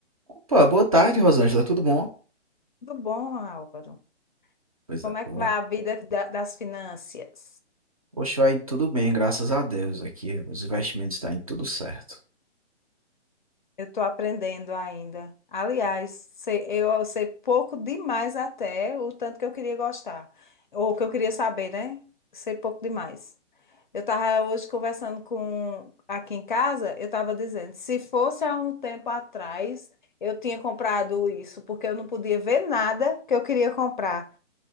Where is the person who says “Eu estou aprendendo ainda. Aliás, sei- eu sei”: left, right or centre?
Left